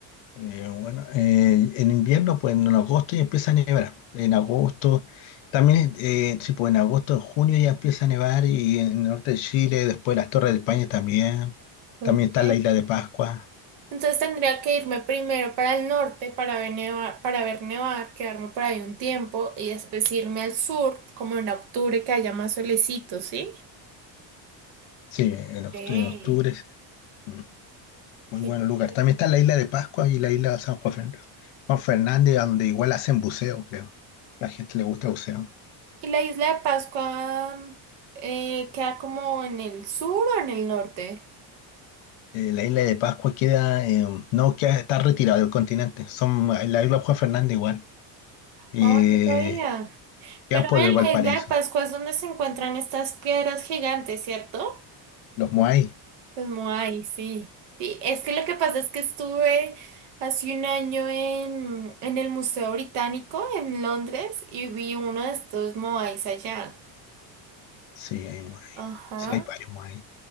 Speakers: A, on the left (about 90°); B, on the right (about 65°).
A: Eh, bueno, eh, en invierno, pues en agosto ya empieza a nevar. En agosto, también, eh, sí, pues en agosto, en junio ya empieza a nevar y en el norte de Chile, después las Torres de España también.
B: Ok.
A: También está la isla de Pascua,
B: Entonces tendría que irme primero para el norte para ver nevar, para ver nevar, quedarme por ahí un tiempo y después irme al sur, como en octubre que haya más solecito, ¿sí?
A: sí, en, oct-
B: Ey,
A: en octubre. sí. Mm, Muy
B: qué
A: buen
B: ch-
A: lugar. También está la isla de Pascua y la isla de San Juan Fernández, Juan Fernández, donde igual hacen buceo, creo. La gente le gusta el buceo.
B: ¿Y la isla de Pascua eh, queda como en el sur o en el norte?
A: Eh, la isla de Pascua queda, eh, no, queda, está retirada del continente. Son, la isla de Juan Fernández igual. Eh,
B: Oh, no sabía.
A: quedan
B: Pero
A: por
B: en
A: el Valparaíso.
B: la isla de Pascua es donde se encuentran estas piedras gigantes, ¿cierto?
A: Los Moai,
B: Los Moai, sí. Sí, es que lo que pasa es que estuve hace un año en, en el Museo Británico en Londres y vi uno de estos Moais allá.
A: sí, hay Moai.
B: Ajá,
A: Sí, hay varios Moai.